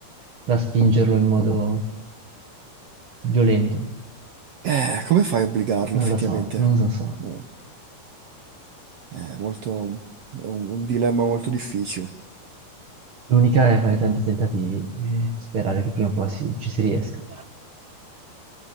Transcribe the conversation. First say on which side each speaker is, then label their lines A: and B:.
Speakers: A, on the right; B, on the right.
A: da spingerlo in modo violento.
B: Eh, come fai a obbligarlo
A: Non
B: effettivamente?
A: lo so, non lo so.
B: No, È molto, è un un dilemma molto difficile,
A: L'unica è fare tanti tentativi e sperare che prima o poi si- ci si riesca.